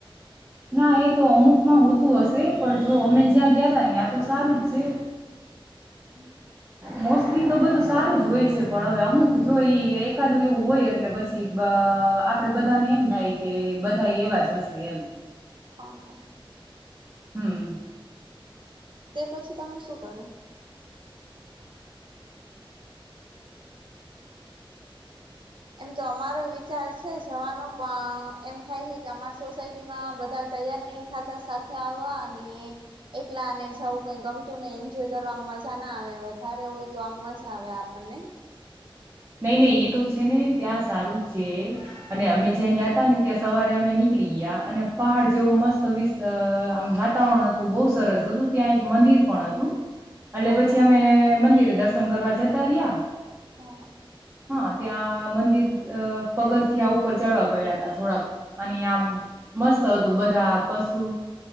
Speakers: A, on the right; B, on the right.
A: ના એ તો અમુકમાં હોતું હશે પણ જો અમે જ્યાં ગયા હતા ત્યાં તો સારું જ છે
B: હમ
A: મોસ્ટલી તો બધું સારું જ હોય છે. પણ હવે અમુક જોઈ એકાદું એવું હોય એટલે પછી અ આપડે બધાને એમ થાય કે બધા એવા જ હશે એમ.
B: હા હા.
A: હમ્મ.
B: તે પછી તમે શું કરો? એમ તો અમારો વિચાર છે જવાનો પણ અ એમ થાય છે કે અમારા સોસાયટીમાં બધા તૈયાર નહિ થતા સાથે આવવા અને એકલાને જવું કઈ ગમતું ને એન્જોય કરવા મજા ના આવે વધારે હોય તો આમ મજા આવે આપણને.
A: નહીં નહી એ તો છે ને ત્યાં સારું જ છે અને અમે જ્યાં ગયા ત ને ત્યાં સવારે અમે નીકળી ગયા અને પહાડ જેવો મસ્ત વિ આમ વાતાવરણ હતું બહુ સરસ હતું ત્યાં એક મંદિર પણ હતું. એટલે
B: હ
A: પછી
B: હ હ
A: અમે મંદિર દર્શન કરવા જતા રહ્યા
B: હા હા.
A: હા ત્યાં મંદિર અ પગથીઆ ઉપર ચડવા પડ્યા હતા થોડાક અને આમ મસ્ત હતું બધા પશુ